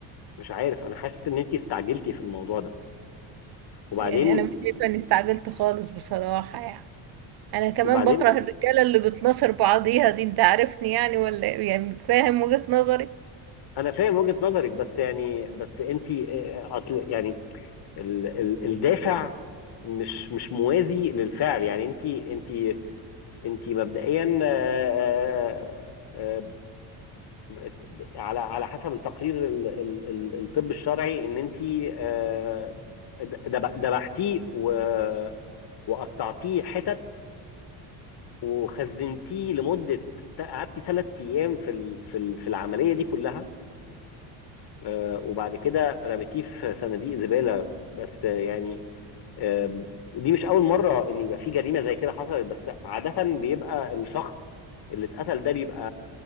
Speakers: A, on the left; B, on the right.
A: مش عارف انا حاسس ان انت استعجلتي في الموضوع ده وبعدين
B: يعني انا مش شايفة اني استعجلت خالص بصراحة يعني انا كمان
A: وبعدين
B: بكره الرجالة اللي بتناصر بعضيها دي انت عارفني يعني ولا إيه؟ يعني فاهم وجهة نظري
A: انا فاهم وجهة نظرك بس يعني بس انت آه، اصل يعني ال ال الدافع مش مش موازي للفعل يعني انت انت انت مبدئيا آه، آه، آه، على على حسب التقرير ال- ال- ال- الطب الشرعي ان انت آه، دب- دبحتيه و- وقطعتيه حتت وخزنتيه لمدة قعدتي ثلاث ايام في ال- في ال- في العملية دي كلها آه، وبعد كده رميتيه في صناديق زبالة بس آه، يعني آم، ودي مش أول مرة إن يبقى في جريمة زي كده حصلت بس عادة بيبقى الشخص اللي اتقتل ده بيبقى